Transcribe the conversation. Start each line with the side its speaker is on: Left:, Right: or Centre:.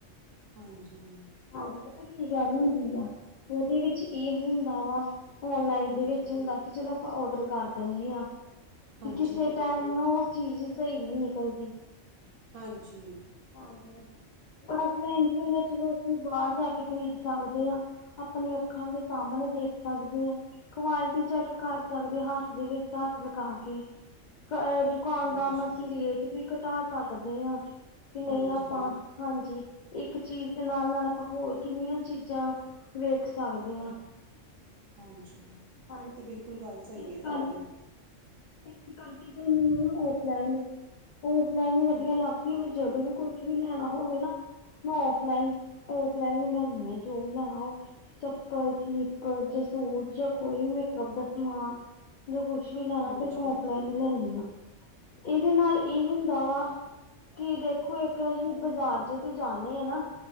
Right: ਹਾਂਜੀ
Left: ਹਾਂਜੀ ਪਤਾ ਕੀ ਗੱਲ ਹੁੰਦੀ ਆ ਉਹਦੇ ਵਿੱਚ ਇਹ ਹੁੰਦਾ ਵਾ ਔਨਲਾਈਨ
Right: ਹਾਂਜੀ
Left: ਦੇ ਵਿੱਚ ਹੁੰਦਾ ਕਿ ਚਲੋ ਆਪਾਂ ਔਡਰ ਕਰ ਦਿੰਦੇ ਆ
Right: ਹਾਂਜੀ,
Left: ਤੇ ਕਿਸੇ ਟਾਈਮ ਨੂੰ ਉਹ ਚੀਜ਼ ਸਹੀ ਨ੍ਹੀਂ ਨਿਕਲਦੀ
Right: ਹਾਂਜੀ
Left: ਹਾਂਜੀ ਔਫ਼ਲਾਈਨ ਚ ਹੁੰਦਾ ਚਲੋ ਬਾਹਰ ਜਾ ਕੇ ਖ਼ਰੀਦ ਸਕਦੇ ਆ ਆਪਣੀ ਅੱਖਾਂ ਦੇ ਸਾਹਮਣੇ ਦੇਖ ਸਕਦੇ ਓ ਕੁਆਲਿਟੀ ਚੈੱਕ ਕਰ ਸਕਦੇ ਹੱਥ ਦੇ ਵਿੱਚ ਝੱਥ ਲਗਾ ਕੇ ਦੁਕਾਨਦਾਰ
Right: ਹਾਂਜੀ,
Left: ਨਾ ਅਸੀਂ ਰੇਟ ਵੀ ਘਟਾ ਸਕਦੇ ਆ ਕਿ ਨਹੀਂ
Right: ਹਾਂਜੀ।
Left: ਆਪਾਂ ਹਾਂਜੀ ਇੱਕ ਚੀਜ਼ ਤੇ ਨਾਲ਼- ਨਾਲ਼ ਆਪਾਂ ਹੋਰ ਕਿੰਨੀਆਂ ਚੀਜ਼ਾਂ ਨੂੰ ਵੇਖ ਸਕਦੇ ਆ।
Right: ਹਾਂਜੀ
Left: ਹਾਂਜੀ
Right: ਇਹ ਤੇ ਬਿਲਕੁੱਲ ਗੱਲ ਸਹੀ
Left: ਇਸ
Right: ਏ ਤੁਹਾਡੀ
Left: ਕਰਕੇ ਇਸ ਕਰਕੇ ਫੇ਼ਰ ਮੈਨੂੰ ਨਾ ਔਫ਼ਲਾਈਨ -ਔਫ਼ਲਾਈਨ ਈ ਵਧੀਆਂ
Right: ਹਾਂ,
Left: ਲੱਗ ਵੀ ਮੈਂ ਜਦੋਂ ਵੀ ਕੁਛ ਵੀ ਲੈਣਾ ਹੋਵੇ ਨਾ ਮੈਂ ਔਫ਼ਲਾਈਨ- ਔਫ਼ਲਾਈਨ ਈ ਲੈੰਣੀ ਆ ਜੋ ਵੀ ਲੈਣਾ ਹੋਵੇ ਚ ਚਾਹੇ ਸਲੀਪਰ ਜਾਂ ਸੂਟ ਜਾਂ ਕੋਈ ਵੀ ਮੇਕਅਪ ਦਾ ਸਮਾਨ ਦੇ ਕੁਛ ਵੀ ਲੈਣਾ
Right: ਹਾਂਜੀ।
Left: ਫੇ਼ਰ ਮੈਂ ਔਫ਼ਲਾਈਨ ਈ ਲੈਣੀ ਆ। ਇਹਦੇ ਨਾਲ਼ ਇਹ ਹੁੰਦਾ ਵਾ ਕਿ ਦੇਖ ਤੇ ਇੱਕ ਅਸੀਂ ਬਾਜ਼ਾਰ ਚ ਜਦੋਂ ਜਾਂਣੇ ਆ ਨਾ